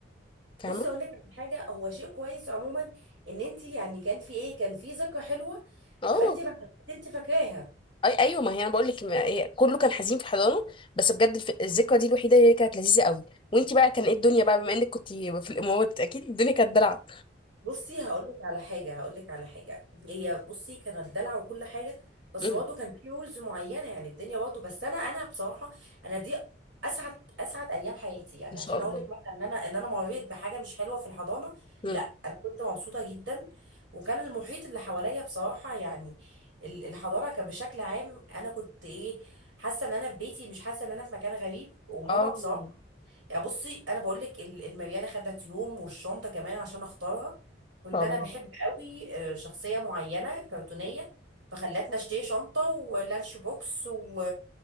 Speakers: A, on the left; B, on the right.
A: فاهمه
B: بصي أقول لك على حاجة هو شيء كويس عموما إن أنت يعني كان في إيه كان في ذكرى حلوة
A: اه
B: فأنت ما انت فاكراها
A: اي ايوه ما هي انا بقول لك هي كله كان حزين في حضانه بس بجد الف- الذكرى دي الوحيده اللي كانت لذيذه قوي وانتي بقى كان ايه الدنيا بقى بما انك كنت في الامارات اكيد الدنيا كانت دلع
B: بصي هقول لك على حاجه هقول لك على حاجه هي بصي كانت دلع وكل حاجه بس
A: امم
B: برضه كان في رولز معينه يعني الدنيا برضه بس انا انا بصراحه انا دي اسعد اسعد ايام حياتي يعني
A: ما شاء
B: عشان
A: الله
B: اقول لك مثلا ان انا ان انا مريت بحاجه مش حلوه في الحضانه
A: امم
B: لا انا كنت مبسوطه جدا وكان المحيط اللي حواليا بصراحه يعني ال- الحضانه كان بشكل عام انا كنت ايه حاسه ان انا في بيتي مش حاسه ان انا في مكان غريب وماما
A: اه
B: بصراحه
A: ما
B: يعني بصي انا بقول لك المرياله خدت يوم والشنطه كمان عشان اختارها كنت
A: شاء
B: انا
A: الله
B: بحب قوي آه، شخصيه معينه كرتونيه فخلتنا اشتري شنطه ولانش بوكس و...